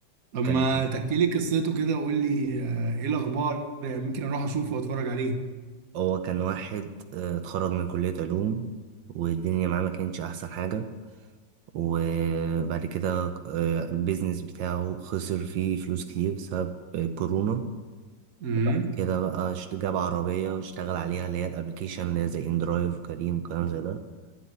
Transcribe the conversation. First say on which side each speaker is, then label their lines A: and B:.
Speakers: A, on the right (about 50°); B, on the right (about 80°).
A: طب
B: كان
A: ما تحكي لي قصته كده وقول لي آه، ايه الاخبار يعني ممكن اروح اشوفه واتفرج عليه
B: هو كان واحد آه، اتخرج من كلية علوم والدنيا معاه ما كانتش أحسن حاجة وبعد كده آه، البيزنس بتاعه خسر فيه فلوس كتير بسبب كورونا
A: امم
B: وبعد كده بقى اشت- جاب عربية واشتغل عليها اللي هي الأبليكيشن اللي هي زي إندرايف وكريم وكلام زي ده